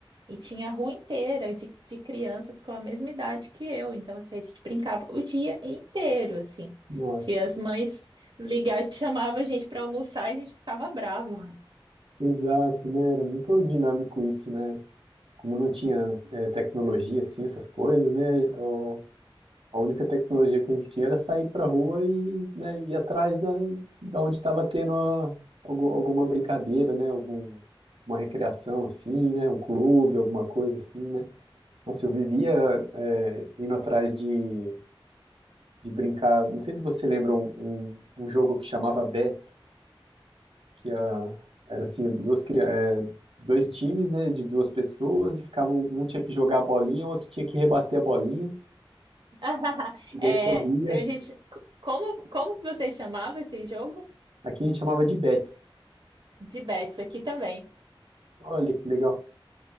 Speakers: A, on the right; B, on the right.
A: E tinha a rua inteira de, de crianças com a mesma idade que eu. Então, assim, a gente brincava o dia inteiro, assim.
B: Nossa,
A: Se as mães ligar, chamavam a gente para almoçar, a gente ficava bravo.
B: exato, né, era muito dinâmico isso, né, como não tinha é, tecnologia, assim, essas coisas, né, o- A única tecnologia que a gente tinha era sair para rua e, né, ir atrás da, da onde estava tendo a- algu- alguma brincadeira, né? Algum, uma recreação assim, né? Um clube, alguma coisa assim, né? Nossa, eu vivia é, indo atrás de, de brincar. Não sei se você lembra um, um, um jogo que chamava Bets, que a, era assim, duas, cria- é, dois times, né? De duas pessoas e ficavam, um um tinha que jogar a bolinha, o outro tinha que rebater a bolinha.
A: <laughs>
B: E daí
A: É,
B: corria.
A: eu, gente, c- como, como que você chamava esse jogo?
B: Aqui a gente chamava de Bets.
A: De bets aqui também.
B: Olha que legal.